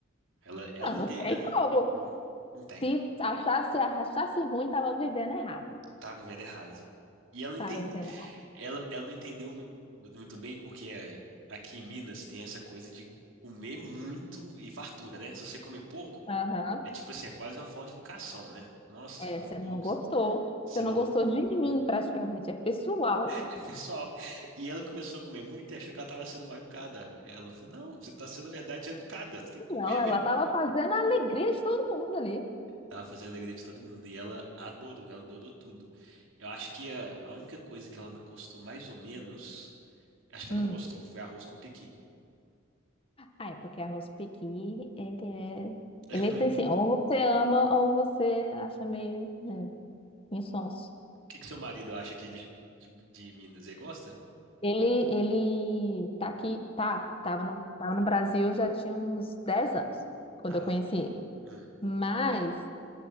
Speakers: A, on the right; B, on the left.
A: Ela, ela
B: Não, não
A: não tem.
B: tem
A: ela-
B: como.
A: não, não tem.
B: Se achasse, achasse ruim, tava vivendo errado.
A: Tá vivendo errado. E ela entende,
B: Tava vivendo errado.
A: ela, ela não entendeu muito, muito bem, porque é, aqui em Minas tem essa coisa de comer muito e fartura, né? Se você comer pouco,
B: Aham.
A: é tipo assim, é quase uma falta de educação, né? Nossa, você
B: É,
A: comeu
B: você
A: pouco,
B: não gostou.
A: você
B: Você não
A: não.
B: gostou
A: go- <laughs>
B: de mim, praticamente. É pessoal.
A: É pessoal. E ela começou a comer muito e achou que ela estava sendo mal educada. Ela falou: Não, você está sendo, na verdade, educada. Você tem que comer
B: Não,
A: mesmo.
B: ela tava fazendo a alegria de todo mundo ali.
A: Ela fazia a alegria de todo mundo e ela adorou, ela adorou tudo. Eu acho que a, a única coisa que ela gostou mais ou menos, acho que
B: Hum.
A: ela não gostou, foi arroz com pequi.
B: Ah, é porque arroz pequi, ele é.
A: É
B: Ele
A: ruim.
B: tem assim,
A: O
B: ou você ama ou você acha meio, né, insonso.
A: que que seu marido acha aqui de, de, de Minas? Ele gosta?
B: Ele, ele tá aqui, tá, tava no, tava no Brasil já tinha uns 10 anos, quando
A: Ah,
B: eu conheci ele.
A: hum,
B: Mas